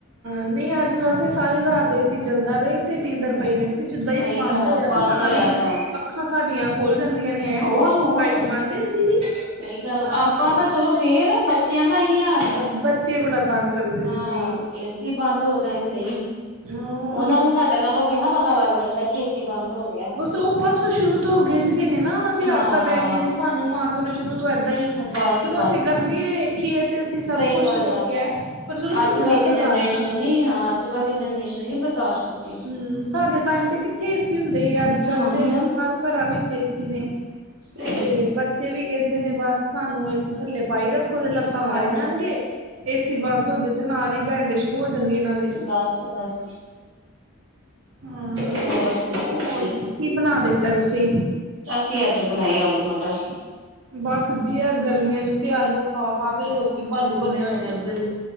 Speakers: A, on the right; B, on the right.
A: ਨਹੀਂ ਅੱਜ ਕੱਲ ਤੇ ਸਾਰੀ ਰਾਤ ਏ ਸੀ ਚੱਲਦਾ ਰਹੇ ਤੇ ਨੀਂਦਰ
B: ਹਮ
A: ਪਈ ਰਹਿੰਦੀ ਜਿੱਦਾਂ ਹੀ
B: ਸਹੀ
A: ਬੰਦ
B: ਗੱਲ ਆ
A: ਹੋਇਆ
B: ਬੰਦ
A: ਤੇ ਨਾਲ
B: ਹੋਇਆ
A: ਹੀ
B: ਤਾਂ
A: ਅੱਖਾਂ ਸਾਡੀਆਂ ਖੁਲ ਜਾਂਦੀਆਂ ਨੇ ਐ
B: ਹੋਰ ਹੋਰ
A: ਲਾਈਟ ਬੰਦ ਏਸੀ ਦੀ
B: ਸਹੀ ਗੱਲ
A: ਬਸ
B: ਆਪਾਂ
A: ਜੀ
B: ਤਾਂ ਚਲੋ ਫੇਰ ਬੱਚਿਆਂ ਦਾ ਹੀ ਹਾਲ ਹੈ
A: ਬਸ ਬੱਚੇ ਬੜਾ ਤੰਗ ਕਰਦੇ
B: ਹਾਂ
A: ਜੇ ਬਈ
B: ਏਸੀ ਬੰਦ ਹੋ ਜਾਵੇ ਸਹੀ
A: ਜ <unintelligible> <inaudible>
B: ਉਹਨਾ ਨੂੰ ਸਾਡੇ ਨਾਲੋਂ ਪਹਿਲਾਂ ਪਤਾ ਲੱਗ ਜਾਂਦਾ ਕਿ ਏ ਸੀ ਬੰਦ ਹੋ ਗਿਆ।
A: ਸੋ ਬਸ ਸ਼ੁਰੂ ਤੋਂ ਗਿੱਝ ਗਏ ਨੇ ਨਾ ਉਹਨਾਂ ਦੀਆਂ
B: ਹਾਂ
A: ਆਦਤਾਂ ਪੈ ਗਈਆਂ ਨੇ ਸਾਨੂੰ ਮਾਂ ਪਿਓ ਨੇ। ਸ਼ੁਰੂ ਤੋਂ ਏਦਾਂ ਹੀ
B: ਬਸ
A: ਚਲੋ
B: ਬਸ
A: ਅਸੀਂ ਗਰਮੀ ਵੇਖੀ ਹੈ ਤੇ ਅਸੀਂ ਸਭ
B: ਸਹੀ
A: ਕੁਛ
B: ਗੱਲ
A: ਵੇਖਿਆ।
B: ਆ
A: ਪਰ ਚਲੋ
B: ਅੱਜ
A: ਹੁਣ
B: ਕੱਲ
A: ਨੀ
B: ਦੀ
A: ਬਰਦਾਸ਼ਤ
B: ਜਨਰੇਸ਼ਨ
A: ਹੁੰਦੀ
B: ਨ ਹਾਂ ਅੱਜ ਕੱਲ ਦੀ ਜਨਰੇਸ਼ਨ ਨ ਬਰਦਾਸ਼ਤ ਕਰਦੀ।
A: ਹਮ ਸਾਡੇ ਟਾਈਮ ਤੇ ਕਿੱਥੇ ਏਸੀ ਹੁੰਦੇ ਹੀ ਅੱਜ ਕੱਲ
B: ਉਹੀ
A: ਦੇ
B: ਨਾ
A: ਹਰ ਘਰਾਂ ਵਿੱਚ ਏਸੀ ਨੇ
B: ਹ <inaudible>
A: ਤੇ ਬੱਚੇ ਵੀ ਕਹਿੰਦੇ ਨੇ ਬਸ ਸਾਨੂੰ ਅਸੀਂ ਥੱਲੇ ਪਾਈ ਰੱਖੋ ਤੇ ਲੱਤਾਂ ਮਾਰੀ
B: ਹੋਰ
A: ਜਾਣਗੇ ਏ ਸੀ ਬੰਦ ਹੋ ਜਾਏ, ਤੇ ਨਾਲ ਹੀ ਬੈਡੇ ਸ਼ੁਰੂ ਹੋ ਜਾਣਗੇ ਨਾਲ।
B: ਬਸ ਬਸ,
A: ਹਾਂ
B: ਹੋਰ ਸੁਣਾਓ
A: ਹੋਰ
B: ਤੁਸੀਂ?
A: ਕੀ ਬਣਾ ਲਿੱਤਾ ਤੁਸੀਂ
B: ਅਸੀਂ ਅੱਜ ਬਣਾਏ ਆਲੂ ਮਟਰ,
A: ਬਸ ਜੀ ਆ ਗਰਮੀਆਂ ਚ ਤੇ ਆਲੂ ਖਾ-ਖਾ ਕੇ ਲੋਕੀ ਬਾਲੂ ਬਣੇ ਹੋਏ ਨੇ ਅੱਧੇ ਤੇ,